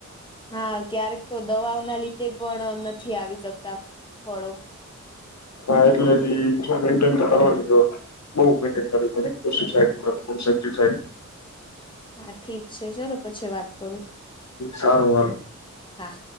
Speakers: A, on the left (about 15°); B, on the left (about 60°).
A: હા ક્યારેક તો દવાઓ ના લીધે પણ નથી આવી શકતા ફળો
B: હા એટલે ઈ મેન્ટેન તો કરવાની જો બો <unintelligible>
A: હા ઠીક છે ચલો પછી વાત કરું
B: સારું હાલ
A: હા